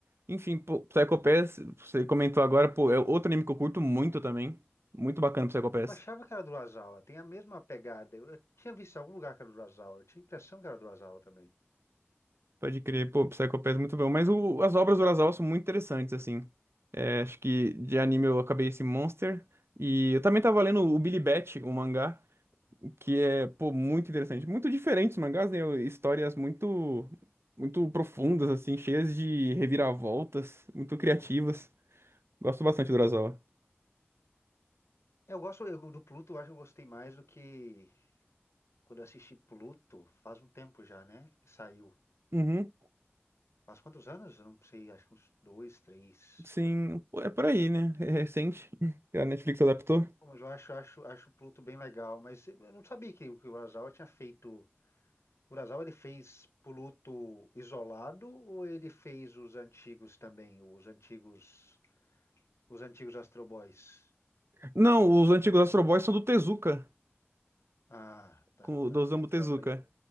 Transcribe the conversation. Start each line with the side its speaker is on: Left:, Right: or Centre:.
Right: Enfim, pô, Psycho Pass, você comentou agora, pô, é outro anime que eu curto muito também. Muito bacana, Psycho Pass.
Left: Eu achava que era do Urasawa, tem a mesma pegada. Eu, eu tinha visto em algum lugar que era do Urasawa, eu tinha a impressão que era do Urasawa também.
Right: Pode crer, pô, Psycho Pass é muito bom. Mas o- as obras do Urasawa são muito interessantes, assim. É, acho que de anime eu acabei esse Monster. E eu também tava lendo o Billy Bat, o mangá. que é, pô, muito interessante. Muito diferentes mangás, né? Histórias muito, muito profundas, assim, cheias de reviravoltas, muito criativas. Gosto bastante do Urasawa.
Left: Eu gosto eu- do Pluto, eu acho que eu gostei mais do que quando eu assisti Pluto, faz um tempo já, né? Que saiu.
Right: Uhum,
Left: Faz quantos anos? Eu não sei, acho que uns dois, três.
Right: sim, pô, é por aí, né? É recente. <laughs> A Netflix adaptou.
Left: Bom, Mas eu acho, acho, acho o Pluto bem legal, mas eu não sabia que, o que o Urasawa tinha feito. O Urasawa ele fez Pluto isolado ou ele fez os antigos também, os antigos, os antigos Astro Boys?
Right: Não, os antigos Astro Boys são do Tezuka,
Left: Ah, tá,
Right: com, o-
Left: tá.
Right: do Osamu
Left: Achei
Right: Tezuka.
Left: que falava.